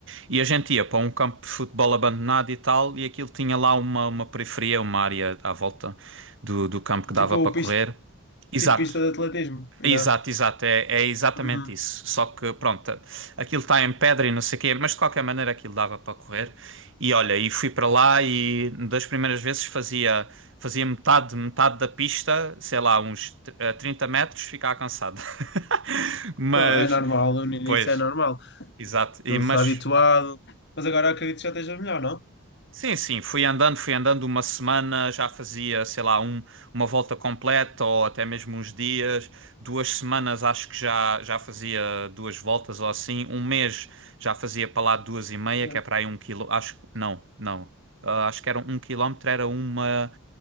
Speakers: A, on the right; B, on the left.
A: E a gente ia para um campo de futebol abandonado e tal, e aquilo tinha lá uma, uma periferia, uma área à volta do, do campo que dava
B: Tipo,
A: para correr.
B: pista,
A: Exato.
B: tipo pista de atletismo,
A: Exato,
B: yeah.
A: exato, é, é exatamente
B: Uhum.
A: isso. Só que, pronto, aquilo está em pedra e não sei o quê, mas de qualquer maneira aquilo dava para correr. E olha, e fui para lá e das primeiras vezes fazia, fazia metade, metade da pista, sei lá, uns eh, 30 metros, ficava cansado. <laughs> Mas,
B: Não, é normal, no início
A: pois,
B: é normal,
A: exato. E,
B: não
A: mas
B: se está habituado, mas agora acredito que já esteja melhor, não?
A: Sim, sim, fui andando, fui andando uma semana, já fazia, sei lá, um, uma volta completa ou até mesmo uns dias. Duas semanas acho que já, já fazia duas voltas ou assim. Um mês já fazia para lá duas e meia,
B: Exato.
A: que é para aí um quilo. Acho que, não, não. Ah, acho que era um quilómetro, era uma,